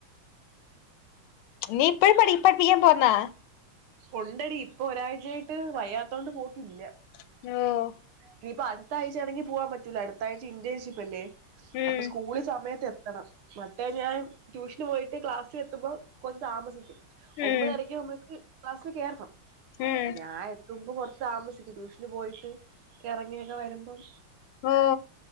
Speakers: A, on the left; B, on the right.
A: നീ ഇപ്പഴ പഠിപ്പിക്കാൻ പോന്നാ
B: ഉണ്ടടി ഇപ്പൊ ഒരാഴ്ചയായിട്ട് വയ്യാത്തോണ്ട് പോക്കില്ല
A: ഓ
B: ഇനിയിപ്പ അടുത്ത ആഴ്ച ആണെങ്കിൽ പോവാൻ പറ്റൂല. അടുത്ത ആഴ്ച ഇന്റേഷിപ്പ്ല്ലേ
A: ഉം
B: അപ്പൊ സ്കൂള് സമയത്ത് എ ത്തണം മറ്റേ ഞാൻ ട്യൂഷന് പോയിട്ട് ക്ലാസ്സിൽ എത്തുമ്പോൾ കൊറച്ച് താമസിക്കും. ഒമ്പതരക്ക്
A: ഉം
B: നമ്മുക്ക് ക്ലാസ്സിൽ കേറണം.
A: ഉം
B: ഞാൻ എത്തുമ്പം കുറ ച്ച് താമസിക്കും. ട്യൂഷന് പോയിട്ട് ക റങ്ങിയൊക്കെ വരുമ്പം
A: ഓ